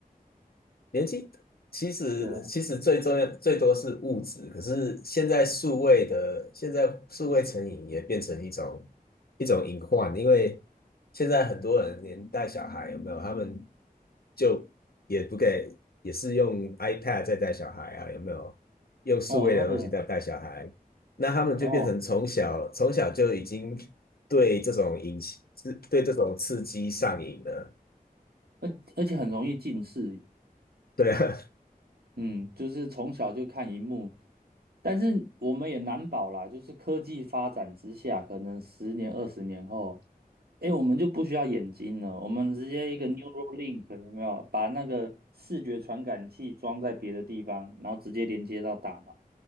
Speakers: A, on the left (about 75°); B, on the right (about 85°).
A: 年纪其实其实最重要最多是物质，
B: 对啊，
A: 可是现在数位的现在数位成瘾也变成一种一种隐患，因为现在很多人连带小孩有没有，他们就也不给，也是用 iPad 在带小孩啊，有没有？用数位的东西在带小孩，
B: 哦，那个，
A: 那他们就变成从小从小就已经
B: 哦，
A: 对这种引是对这种刺激上瘾了。
B: 而而且很容易近视眼
A: 对啊，
B: 嗯，就是从小就看荧幕，但是我们也难保啦，就是科技发展之下，可能十年、二十年后，诶，我们就不需要眼睛了，我们直接一个 Neuralink 有没有，把那个视觉传感器装在别的地方，然后直接连接到大脑。